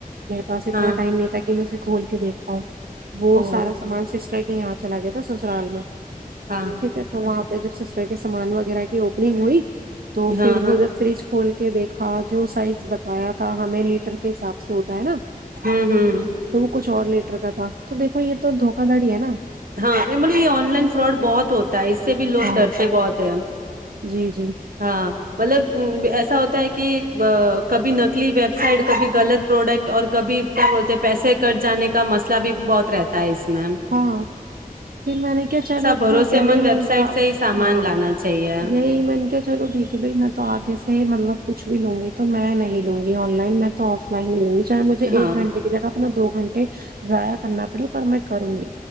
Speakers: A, on the right; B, on the right.
A: میرے پاس اتنا
B: ہاں
A: ٹائم نہیں تھا میں اس سے کھول کے دیکھتاا ہوں <unintelligible> وہ
B: او
A: سارا سامان سےسٹر یہاں چلا گیا تھا سسرال میں
B: ہاں <unintelligible>
A: ٹھیک ہے تو وہاں پہ جب سسٹر کے سامان وغیرہ کی <unintelligible> اپنی مڑی تو
B: ہاں
A: پھر وہ
B: ہاں
A: جب فریج کھول کے دیکھا جو سائز بتایا <unintelligible> ہمیں لیٹر کے حساب سے <unintelligible> ہوتا ہے نا
B: ہوں ہوں
A: تو کچھ اور لیٹر کا تھا تو دیکھو یہ تو دھوکا دڑی ہے نا <unintelligible>
B: ہاں مولے یہ آن لائن فراڈ بہت ہوتا اس سے بھی لوگ
A: ہاں
B: ڈرتے بہت ہیں
A: جی جی
B: ہاں <unintelligible> مطلب ایسا ہوتا ہے کہ کبھی نکلی ویب سائٹ کبھی غلط پروڈکٹ اور کبھی کیا بولتے پیسے کٹ جانے کا مسئلہ بھی بہت رہتا ہے اس <unintelligible> میم <unintelligible>
A: ہاں پھر میں نے کیا چلو
B: بھروسے
A: ٹھیک ہے بائی
B: مند ویب
A: میں نے
B: سائٹ
A: کیا
B: سے ہی سامان
A: ہاں
B: لانا چاہیے
A: یہی میں نے کیا چلو ٹھیک ہے بائی میں تو آگے سے ہی مطلب کچھ بھی لوں گی تو میں نہیں لوں گی آن لائن میں تو آف لائن ہی لوں گی چاہے مجھے ایک
B: ہاں
A: گھنٹے کی جگہ اپنا دو گھنٹے ضائیا کرنا پڑے پر میں کروں گی